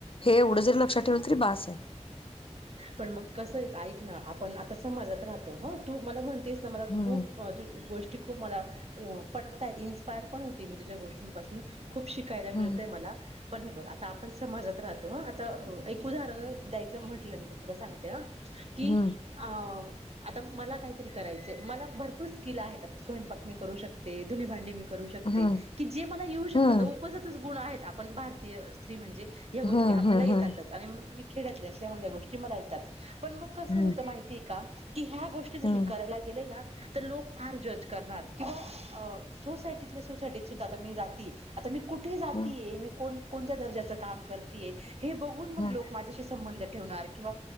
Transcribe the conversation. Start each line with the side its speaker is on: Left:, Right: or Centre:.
Left: हे एवढं जरी लक्षात ठेवलं तरी बास आहे.
Right: पण मग कस एक ऐक ना आपण आता समाजात राहतो तू मला म्हण तेच मला
Left: हम्म
Right: खूप गोष्टी खूप मला पटताय इन्स्पायर पण होती मी तुझ्या गोष्टींपासून खूप शिकायला
Left: हम्म
Right: मिळतेय मला पण हे बघ आता आपण समाजात राहतो. आता एक उदाहरण द्यायचं म्हटलं नंत तुला सांगते हा. कीआ
Left: हम्म
Right: आता मला काहीतरी करायचं मला भरपूर स्किल आहेत. आता स्वयंपाक मी करू शकते, दुन्नी भांडी मी करू शकते. की
Left: हम्म
Right: जे मला येऊ शकतात
Left: हम्म
Right: उपजातच गुण आहेत आपण भारतीय स्त्री म्हणजे ह गोष्टी
Left: हम्म
Right: आपल्याला
Left: हम्म
Right: येतातच
Left: हम्म
Right: आणि मी खेड्यातली असल्यामुळे या गोष्टी मला येतात. पण मग कसं
Left: हम्म
Right: होतं माहिती आहे का, की ह्या गोष्टी जर
Left: हम्म
Right: मी करायला गेलेय ना तर लोक फार जज करणार किंवा सोसायटीतल्या सोसायटीत सुद्धा आता मी जाती आता मी कुठ कुठे जाते.
Left: हम्म
Right: मी कोणत्या दर्जाचं काम मी करते, हे बघून मग
Left: हम्म
Right: लोक माझ्याशी संबंध ठेवणार किंवा